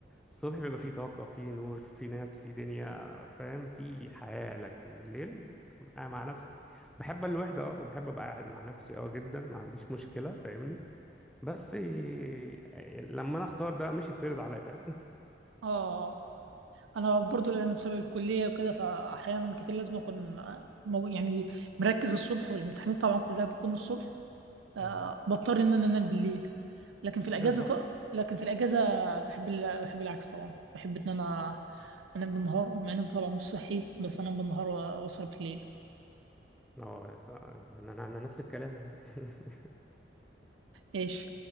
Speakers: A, in the centre; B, on the right (about 85°).
A: الصبح بيبقى فيه طاقة فيه نور فيه ناس فيه دنيا فاهم فيه حياة لكن بالليل بتبقى قاعد مع نفسك بحب الوحدة اه وبحب ابقى قاعد مع نفسي اه جدا ما عنديش مشكلة فاهمني بس إيه، لما انا اختار ده مش يتفرض عليا فاهم
B: اه انا برضو لان بسبب الكليه وكده فاحيانا كتير لازم اكون مو- يعني مركز الصبح والامتحانات طبعا كلها بتكون الصبح
A: <laughs>
B: آه
A: اه
B: بضطر ان انا انام بالليل لكن في الاجازه
A: بالظبط
B: طق لكن في الاجازه بحب ال- بحب العكس طبعا بحب ان انا انام بالنهار ومع ان ده طبعا مش صحي بس انام بالنهار و- واسهر بالليل
A: اه ف- انا انا أنا نفس الكلام والله <laughs>
B: ايش